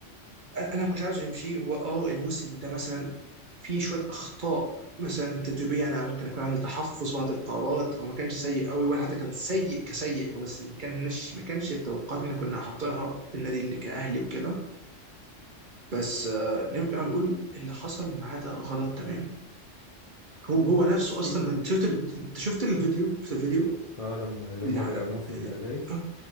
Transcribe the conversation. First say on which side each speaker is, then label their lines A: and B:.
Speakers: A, on the right; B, on the left.
A: انا ما كنتش عاوز يمشي هو اه الموسم ده مثلا في شويه اخطاء مثلا تدريبيه انا ممكن اكون عندي تحفظ بعض القرارات هو ما كانش سيء قوي ولا حتى كان سيء كسيء هو بس ما كانش ما كانش التوقعات اللي احنا كنا حاطينها للنادي اللي كاهلي وكده بس آه، نرجع نقول اللي حصل معاه ده غلط تماما هو هو نفسه
B: بصي
A: اصلا انت شفت ال- انت شفت الفيديو شفت الفيديو
B: اه لما اللي
A: لا
B: هما بيرموه
A: لا
B: في بالأزايز
A: اه